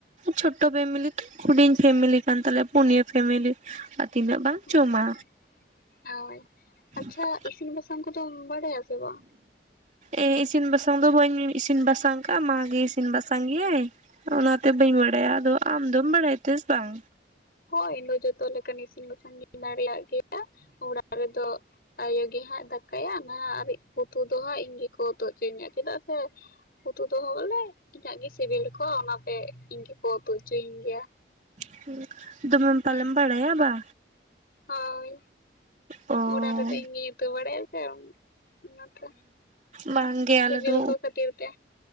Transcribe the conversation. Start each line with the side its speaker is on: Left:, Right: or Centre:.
Right: ᱪᱷᱚᱴᱚ ᱯᱷᱮᱢᱮᱞᱤ ᱛᱚ ᱦᱩᱰᱤᱧ ᱯᱷᱮᱢᱮᱞᱤ ᱠᱟᱱ ᱛᱟᱞᱮᱭᱟ ᱯᱩᱱᱭᱟᱹ ᱯᱷᱮᱢᱮᱞᱤ ᱾ ᱛᱤᱱᱟᱹᱜ ᱵᱟᱝ
Left: ᱦᱩᱸ
Right: ᱡᱚᱢᱟ
Left: ᱦᱳᱭ ᱟᱪᱪᱷᱟ
Right: <inaudible>
Left: ᱤᱥᱤᱱ ᱵᱟᱥᱟᱝ ᱠᱚᱫᱚ ᱵᱟᱲᱟᱭ ᱟ ᱥᱮ ᱵᱟᱝ
Right: ᱮ ᱤᱥᱤᱱ - ᱵᱟᱥᱟᱝ ᱫᱚ ᱵᱟᱹᱧ ᱤᱥᱤᱱ ᱵᱟᱥᱟᱝ ᱠᱟᱼᱟ ᱢᱟ ᱜᱮ ᱤᱥᱤᱱ ᱵᱟᱥᱟᱝ ᱜᱮᱭᱟᱭ᱾ ᱚᱱᱟᱛᱮ ᱵᱟᱹᱧ ᱵᱟᱲᱟᱭᱟ ᱟᱫᱚ ᱟᱢ ᱫᱚᱢ ᱵᱟᱲᱟᱭ ᱛᱮᱥ ᱵᱟᱝ?
Left: ᱦᱚᱭ ᱤᱧ ᱫᱚ ᱡᱚᱛᱚ ᱞᱮᱠᱟᱱ ᱤᱥᱤᱱ- ᱵᱟᱥᱟᱝ ᱜᱤᱧ ᱫᱟᱲᱮᱭᱟᱜ ᱜᱮ᱾ <unintelligible> ᱚᱲᱟᱜ ᱨᱮᱫᱚ <inaudible> ᱟᱭᱳ ᱜᱮ ᱦᱟᱸᱜ ᱫᱟᱠᱟ ᱠᱟᱭᱨᱟ ᱱᱟᱦᱟᱜ ᱟᱨ ᱩᱛᱩ ᱫᱚ ᱦᱟᱸᱜ ᱤᱧ ᱜᱮᱠᱚ ᱩᱛᱩ ᱦᱚᱪᱚ ᱤᱧᱟ᱾ ᱪᱮᱫᱟᱜ ᱥᱮ ᱦᱚ <inaudible> ᱩᱛᱩ ᱫᱚᱦᱚ ᱵᱚᱞᱮ ᱤᱧᱟᱹᱜ ᱜᱮ ᱥᱤᱵᱤᱞ ᱠᱚ ᱚᱱᱟ ᱛᱮ ᱤᱧ ᱜᱮ <unintelligible> ᱦᱚᱪᱚᱭᱤᱧ ᱜᱮᱭᱟ᱾
Right: <unintelligible> ᱫᱚᱢᱮᱢ ᱯᱟᱞᱮᱢ ᱵᱟᱲᱟᱭᱟ ᱵᱟ?
Left: ᱦᱚᱭ
Right: ᱚ
Left: ᱚᱲᱟᱜ ᱨᱮᱫᱚ ᱤᱧ ᱜᱤᱧ ᱩᱛᱩ ᱵᱟᱲᱟᱭ ᱥᱮ ᱚᱱᱟᱛᱮ
Right: ᱵᱟᱝᱜᱮ
Left: ᱥᱤᱵᱤᱞ
Right: ᱟᱞᱮ ᱫᱚ
Left: ᱠᱚ ᱠᱷᱟᱹᱛᱤᱨ ᱛᱮ